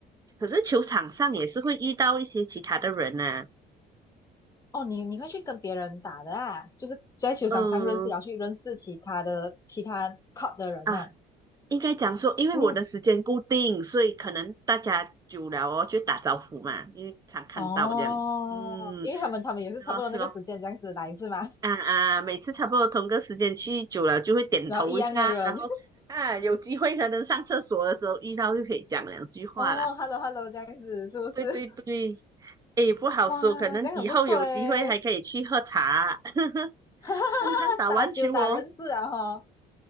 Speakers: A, on the right; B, on the left.
A: 可是球场上也是会遇到一些其他的人呐、
B: 哦，你你会去跟别人打的啊，就是在球场上认识，
A: 嗯。
B: 然后去认识其他的其他 court 的人呐、
A: 啊，应该讲说，因为我的时间固定，
B: 嗯，
A: 所以可能大家久了哦，就打招呼嘛，因为常看到这样。
B: 哦，
A: 嗯，
B: 因为他们他们也是差不多那个时间这样子来是吗？
A: 是咯是咯，啊啊，每次差不多同个时间去久了，就会点头一下，
B: <laughs> 然后一样的人，
A: 然后啊，有机会可能上厕所的时候遇到就可以讲两句话啦。
B: <laughs> 哦，hello hello 这样子是不是？
A: 对对对，诶，不好说，
B: 哇，
A: 可能以后有机会还可以去喝茶。
B: 这样很不错诶，
A: <laughs>
B: <laughs> 哈哈哈打球打人识啊哈，
A: 通常打完球哦，